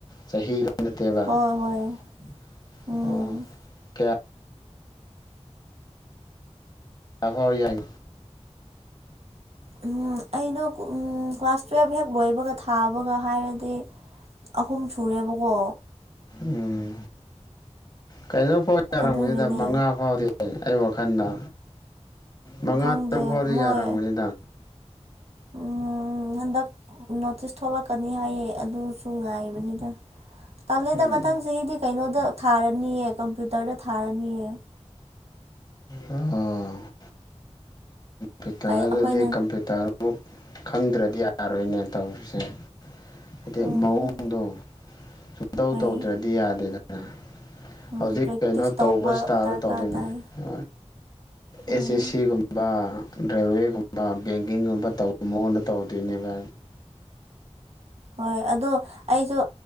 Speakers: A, on the left; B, on the right.
A: ꯆꯍꯤ ꯅꯠꯇꯤꯕꯥ
B: ꯍꯣꯏ
A: ꯑꫭ
B: ꯍꯣꯏ ꯎꯝ
A: ꯂꯐ ꯌꯥꯡ
B: ꯎꯝ ꯑꯩꯅꯣ ꯎꯝ ꯀ꯭ꯂꯥꯁ ꯇꯨꯋꯦꯜꯐ ꯍꯦꯛ ꯂꯣꯏꯕꯒ ꯊꯥꯕꯒ ꯍꯥꯏꯔꯗꯤ ꯑꯍꯨꯝ ꯁꯨꯔꯦꯕꯀꯣ
A: ꯎꯝ ꯀꯩꯅꯣ ꯐꯥꯎ ꯌꯥꯔꯝꯕꯅꯤꯗ
B: ꯑꯗꯨꯒꯤꯅꯦ
A: ꯃꯉꯥ ꯐꯥꯎꯗꯤ ꯑꯩ ꯋꯥꯈꯜꯗ ꯃꯉꯥ
B: ꯈꯪꯗꯦ
A: ꯇꯔꯨꯛ ꯐꯥꯎꯗꯤ
B: ꯃꯣꯏ
A: ꯌꯥꯔꯝꯒꯅꯤꯗ
B: ꯎꯝ ꯍꯟꯗꯛ ꯅꯣꯇꯤꯁ ꯊꯣꯛꯂꯛꯀꯅꯤ ꯍꯥꯏꯌꯦ ꯑꯗꯨꯁꯨ ꯉꯥꯏꯕꯅꯤꯗ ꯇꯂꯦꯗ
A: ꯎꯝ
B: ꯃꯊꯪꯁꯤꯒꯤꯗꯤ ꯀꯩꯅꯣꯗ ꯊꯥꯔꯅꯤꯑ ꯀꯝꯄ꯭ꯌꯨꯇꯔꯗ ꯊꯥꯔꯅꯤꯑ
A: ꯑ ꯄꯤꯇꯥꯗꯗꯤ
B: ꯀꯩ ꯑꯩꯈꯣꯏꯅ
A: ꯀꯝ ꯄꯇꯥ ꯑꯃꯨꯛ ꯈꯪꯗ꯭ꯔꯗꯤ ꯌꯥꯔꯣꯏꯅꯦ ꯇꯧꯔꯤꯁꯦ ꯍꯥꯏꯗꯤ
B: ꯎꯝ
A: ꯃꯑꯣꯡꯗꯣ ꯁꯨꯝꯇꯧ
B: ꯐꯩ
A: ꯇꯧꯗ꯭ꯔꯗꯤ ꯌꯥꯗꯦꯗꯅ
B: ꯎꯝ
A: ꯍꯧꯖꯤꯛ
B: ꯄ꯭ꯔꯦꯛꯇꯤꯁ
A: ꯀꯩꯅꯣ ꯇꯧꯕ ꯏꯁꯇꯥꯏꯜꯗ
B: ꯗꯔꯀꯥꯔ
A: ꯇꯧꯗꯣꯏꯅꯦ
B: ꯇꯥꯏ
A: ꯍ
B: ꯎꯝ
A: ꯑꯦꯁ ꯑꯦꯁ ꯁꯤꯒꯨꯝꯕ ꯔꯦꯜꯋꯦꯒꯨꯝꯕ ꯕꯦꯡꯀꯤꯡꯒꯨꯝꯕ ꯇꯧꯕ ꯃꯉꯣꯟꯗ ꯇꯧꯗꯣꯏꯅꯦꯕ
B: ꯍꯣꯏ ꯑꯗꯣ ꯑꯩꯁꯨ